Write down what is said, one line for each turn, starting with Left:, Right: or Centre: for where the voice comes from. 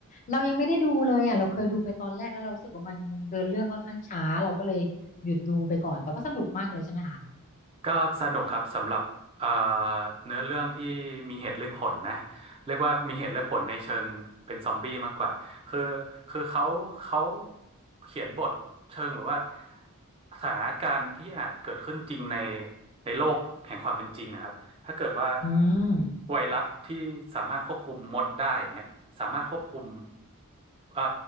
Left: เรายังไม่ได้ดูเลยอ่ะเราเคยดูไปตอนแรกแล้วเรารู้สึกว่ามันเดินเรื่องค่อนข้างช้าเราก็เลยหยุดดูไปก่อนแต่ว่าสนุกมากเลยใช่ไหมคะ
Right: ก็สนุกครับสำหรับเอ่อเนื้อเรื่องที่มีเหตุและผลนะเรียกว่ามีเหตุและผลในเชิงเป็นซอมบี้มากกว่าคือคือเขาเขาเขียนบทเชิงแบบว่าสถานการณ์ที่อาจเกิดขึ้นจริงในในโลกแห่งความเป็นจริงอะครับ ถ้าเกิดว่า
Left: อืม
Right: ไวรัสที่สามารถควบคุมมดได้อย่างเงี้ยสามารถควบคุมเอ่อ